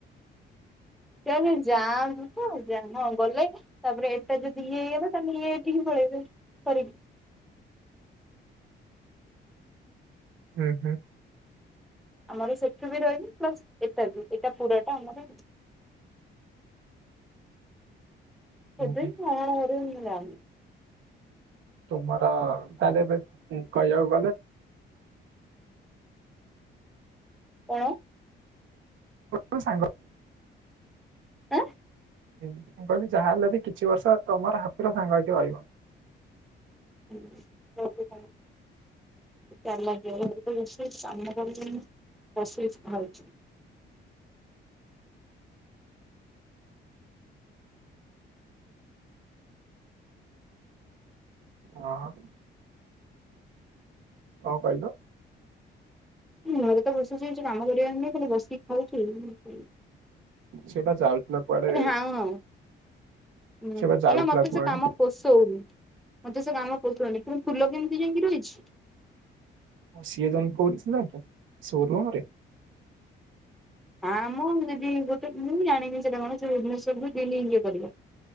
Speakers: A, in the centre; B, on the right (about 75°).
A: ସେ ଆଗେ ଯାଆନ୍ତୁ ତ। ଯା ହଁ ଗଲେ। ତାପରେ ଏଇଟା ଯଦି ଇଏ ହେଇଗଲା ତାହେଲେ ଇଏ ଏଠିକି ପଳେଇବେ କରି
B: ହୁଁ ହୁଁ।
A: ଆମର ସେଠୁ ବି ରହିବେ, ପ୍ଲସ୍ ଏଟା ବି ଏଟା ପୁରାଟା ଆମର ଆଉ। ସେଥିପାଇଁ
B: ହୁଁ ହୁଁ
A: ନୂଆ ଘରକୁ ମୁଁ ଯାଉନି।
B: ତୁମର ତାହେଲେ ଏବେ କହିବାକୁ ଗଲେ
A: କଣ?
B: <unintelligible> ସାଙ୍ଗ
A: ଆଁ?
B: ମୁଁ କହିଲି ଯାହା ହେଲେ ବି କିଛି ବର୍ଷ ତମର ହାପିର ସାଙ୍ଗ ହେଇକି ରହିବ।
A: ହଁ <unintelligible> ର ଲାଗି ବ ସାମ୍ନା ବସି ଖଛି <unintelligible>
B: ହଁ। କଣ କହିଲ?
A: ଘରେ ତ ବସୁଛି କାମ କରିବାର ନାଇଁ ଖାଲି ବସିକି ଖାଉଛି।
B: ସେଇଟା ଜାଉଥିଲା କୁଆଡେ
A: ହାଉଁ ହାଉଁ। ହୁଁ
B: ସିଏ ବା ଯାଉଥିଲା
A: କହି ମତେ
B: କୁଆଡେ
A: ସେ କାମ ପୋଷଉନି ମୋତେ ସେ କାମ ପୋଷଉନି କିନ୍ତୁ ଫୁଲ କେମିତି ଯାଇକି ରହିଛି।
B: ଓ ସିଏ ଜ କହୁଛି ନା ସୋରୁମ ରେ।
A: ହଁ ମୁଁଗୋଟେ ମୁଁ ବି ଜାଣିନି ସେଟା କଣ ଭୁବନେଶ୍ଵ ରରୁୁ ଦିଲ୍ଲୀଇ କରିବା